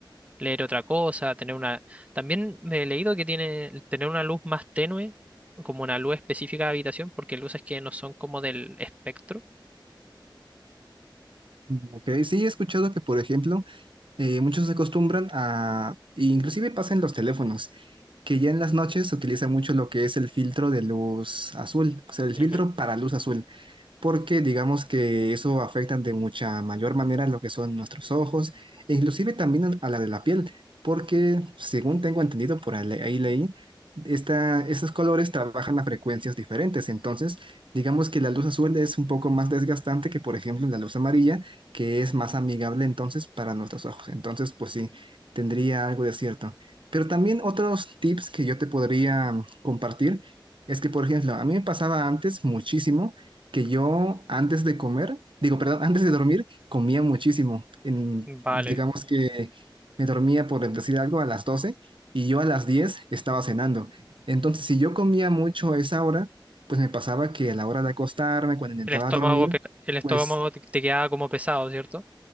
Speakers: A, on the right; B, on the right.
A: Leer otra cosa, tener una... También me he leído que tiene el tener una luz más tenue, como una luz específica de habitación, porque luces que no son como del espectro.
B: Mm, Ok, sí he escuchado que, por ejemplo, eh, muchos se acostumbran a, inclusive pasa en los teléfonos, que ya en las noches se utiliza mucho lo que es el filtro de luz azul, o sea, el filtro
A: Ujú.
B: para luz azul. porque digamos que eso afecta de mucha mayor manera lo que son nuestros ojos e inclusive también a a la de la piel, porque según tengo entendido por ahí le- ahí leí, esta, estos colores trabajan a frecuencias diferentes, entonces digamos que la luz azul es un poco más desgastante que por ejemplo la luz amarilla, que es más amigable entonces para nuestros ojos, entonces pues sí, tendría algo de cierto. Pero también otros tips que yo te podría compartir es que, por ejemplo, a mí me pasaba antes muchísimo que yo antes de comer, digo, perdón, <laughs> antes de dormir, comía muchísimo. En,
A: Vale.
B: digamos que me dormía, por decir algo, a las doce y yo a las 10 estaba cenando. Entonces, si yo comía mucho a esa hora, pues me pasaba que a la hora de acostarme, cuando intentaba
A: El estómago,
B: dormir,
A: pe- el estómago
B: pues
A: te te queda como pesado, ¿cierto?